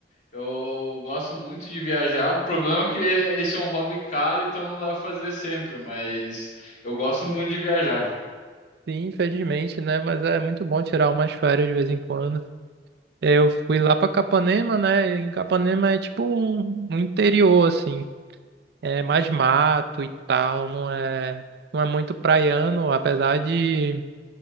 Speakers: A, on the left; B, on the right.
A: Eu gosto muito de viajar. O problema é que esse é um hobby caro, então não dá pra fazer sempre, mas eu gosto muito de viajar.
B: Sim, infelizmente, né, mas é muito bom tirar umas férias de vez em quando. Eu fui lá pra Capanema, né, e Capanema é tipo um, um interior, assim, é mais mato e tal, não é, não é muito praiano, apesar de